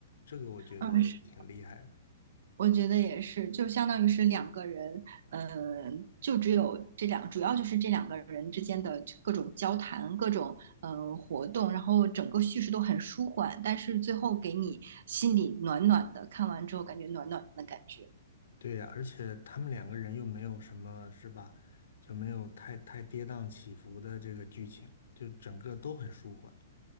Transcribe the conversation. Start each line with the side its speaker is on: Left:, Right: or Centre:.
Left: 这个我觉得挺厉害的。
Right: 嗯，是我觉得也是，就相当于是两个人，嗯，就只有这两，主要就是这两个人之间的各种交谈、各种嗯活动，然后整个叙事都很舒缓，但是最后给你心里暖暖的，看完之后感觉暖暖的感觉。
Left: 对呀，而且他们两个人又没有什么，是吧？就没有太太跌宕起伏的这个剧情，就整个都很舒缓。